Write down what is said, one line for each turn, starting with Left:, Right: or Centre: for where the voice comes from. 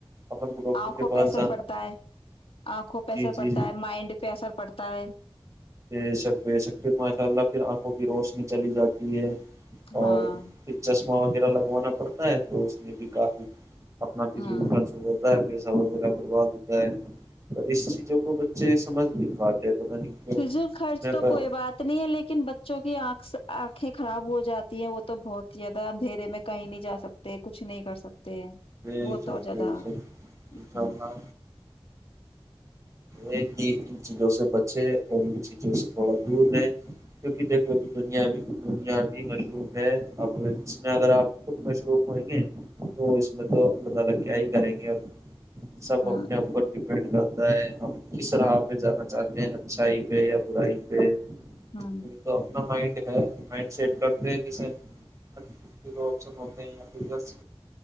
Right: اپن کو ڈاکٹر
Left: آنکھوں
Right: کے پاس
Left: پہ اثر پڑتا ہے آنکھوں پہ
Right: جی
Left: اثر
Right: جی
Left: پڑتا ہے مائنڈ پہ اثر پڑتا ہے
Right: بے شک بے شک پھر ماشاء اللہ پھر آنکھوں کی روشنی چلی جاتی
Left: ہاں
Right: اور دلچسپی ا وغیرہ لگوانا پڑتا ہے تو اس میں بھی کافی اپنا فزول
Left: ہاں
Right: ف ہوتا ہے پ وغیرہ برباد ہوتا ہے اور اس چیزوں کو بچے سمجھ نہیں پاتے پتہ نہیں کیوں
Left: شز خرچ
Right: میں
Left: تو
Right: پر
Left: کوئی بات نہیں ہے لیکن بچوں کی آنکھ آنکھیں خراب ہو جاتی ہیں وہ تو بہت ہی زیادہ اندھیرے میں کہیں نہیں جا سکتے کچھ نہیں کر سکتے
Right: بب
Left: وہ تو اور زیادہ
Right: بب انشاء
Left: ہاں
Right: اللہ ان چیزوں سے بچے اور ان چیزوں سے تھوڑا دور رہے کیونک دھو ت دنیا بھی دنیا بھی مشروف ہے اب اس میں اگر آپ خود مشروف ہیں گے تو اس <unintelligible> سب
Left: ہاں
Right: اپنے ا بھی ڈ کرتا ہے ہم کس راہ پہ جانا چاہتے ہیں اچھائی پہ یا برائی یہ
Left: ہاں
Right: تو اپنا منڈ ہے منڈ سیٹ کر جیسے ہ چز کے جو آپشن ہوتے ہیں یارس